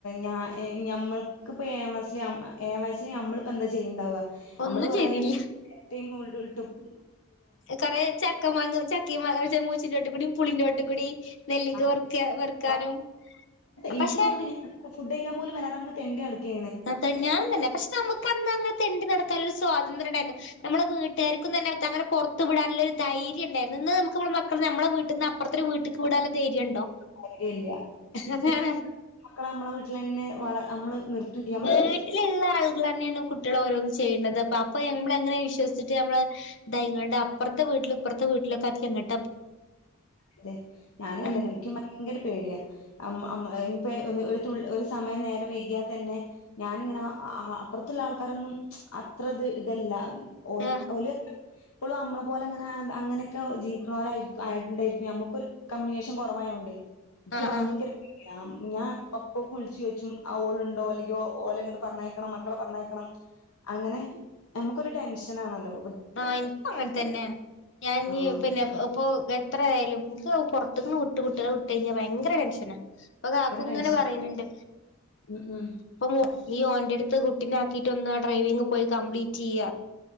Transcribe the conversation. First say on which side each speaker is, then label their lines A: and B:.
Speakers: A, on the left; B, on the left.
A: ഞാ ഏ ഞമ്മക്ക് ഇപ്പ ഏഴാം ക്ലാസ്സില് ഏഴാം ക്ലാസ്സില് ഞമ്മളിപ്പ എന്താ ചെയ്യണ്ടാവാ?
B: ഒന്നും
A: നമ്മള് കൊറെ
B: ശരിയില്ല
A: <unintelligible> കിട്ടും
B: കൊറേ ചക്ക മാങ്ങ ചക്കേം മാ <unintelligible> പുളിഞ്ചോട്ടു കൂടി നെല്ലിക്ക
A: ആ
B: വെറുക്ക വെറുക്കാനും
A: ആ. എനിക്ക്
B: പക്ഷെ
A: തോന്നണ് ഇങ്ങനത്തെ ഫുഡ് കഴിക്കാൻ പോലും വരാതേ അങ്ങ് തെണ്ടി നടക്കെ
B: അതെ ഞാൻ തന്നെ. പക്ഷെ നമുക്ക് അന്നങ്ങനെ തെണ്ടി നടക് ക്കാൻ ഒരു സ്വാതന്ത്ര്യണ്ടായിര്ന്നു. നമ്മളെ വീട്ട്കാർക്കും തന്നെ അങ്ങനെ പൊറത്ത് വിടാന്ള്ള ഒരു ധൈര്യണ്ടായിര്ന്നു. ഇന്ന് മ്മക്ക് നമ്മടെ മക്കൾ നമ്മളെ വീട്ടി ട്ട്ന്ന് അപ്പറത്തൊരു വീട്ടിക്ക് വിടാനുള്ള ധൈര്യണ്ടോ?
A: കാര്യല്ല
B: അതാണ്
A: പിന്നെ നമ്മള് മക്കളെ നമ്മളെ വീട്ടിലന്നെ വള നമ്മള് നിർത്തും ചെയ്യ നമ്മള്
B: വീട്ടില്ള്ള ആള്കളന്നെയാണ് കുട്ടികളെ ഓരോന്ന് ചെ ചെയ്യണത്. അപ്പ അപ്പ നമ്മള് എങ്ങനെ വിശ്വസിച്ചിട്ട് നമ്മള് ദാ ഇങ്ങാണ്ട് അപ്പറത്തെ വീട്ടില് പ്പർത്തെ വീട്ടിലൊക്കെ ആക്കിയങ്ങട്ട്
A: അതെ ഞാനും അതന്നെ
B: ഉം
A: എനിക്ക് ഭയങ്കര പേടിയാ അമ്മ ഇപ്പ ഒരു തുള് ഒരു സമയം നേരം വൈകിയാല്തന്നെ ഞാൻ ഇങ്ങനെ അപത്ത് ഉള്ള ആൾക്കാരോന്നും അത്ര ഇത് ഇതല്ല <unintelligible>
B: ആഹ്
A: ഇപ്പോളും നമ്മള പോലെ അങ്ങനെ അങ്ങനെയൊക്കെ ജീ വിക്കണെപ്പോലെ <unintelligible> നമുക്കൊരു കമ്മ്യൂണിക്കേഷൻ കുറവായോണ്ടേ എനിക്ക്
B: ആഹ്
A: ഭയങ്കര
B: ആഹ്
A: പേടിയാ ഞാൻ അപ്പപോ വിളിച്ച് ചോയിച്ചും <unintelligible> അലെങ്കി മോൾ അങ്ങോട് പറഞ്ഞേക്കണം മക്കളെ പറഞ്ഞേക്കണം അങ്ങനെ നമ്മക്ക് ഒരു ടെൻഷൻ ആണല്ലോ
B: ആഹ് എനിക്കും അങ്ങനെ തന്നെയാണ് ഞാൻ ഇനി
A: ആഹ്
B: പിന്നെ ഇപ്പൊ എത്രയായാലും ഇപ്പൊ പുറത്തന്ന് കുട്ട് കുട്ടികളെ വിട്ട് കഴിഞ്ഞാ ഭയങ്കര ടെൻഷനാ ഇപ്പ കാക്കും
A: ഭയങ്കര
B: ഇങ്ങനെ
A: ടെൻഷൻ
B: പറയുന്നുണ്ട്
A: ഉം ഉം
B: അപ്പൊ നീ ഓന്റെ അടു ത്ത് കുട്ടിനെ ആക്കിയിട്ട ഒന്ന് ആ ഡ്രൈവിംഗ പോയി കംപ്ലീറ്റ് ചെയ്യ്